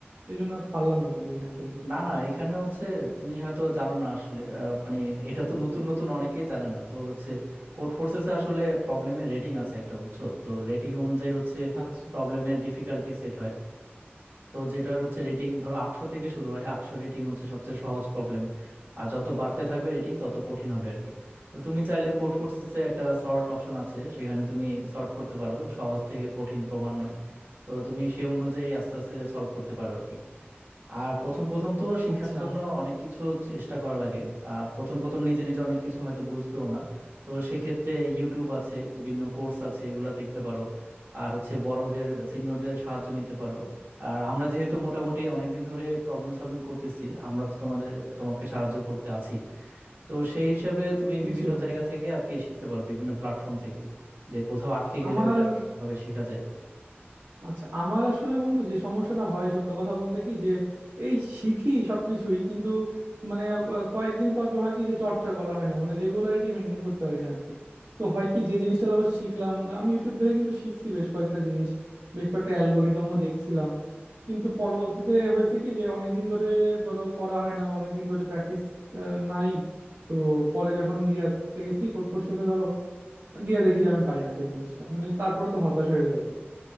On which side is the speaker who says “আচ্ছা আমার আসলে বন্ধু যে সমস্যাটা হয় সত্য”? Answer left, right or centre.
Right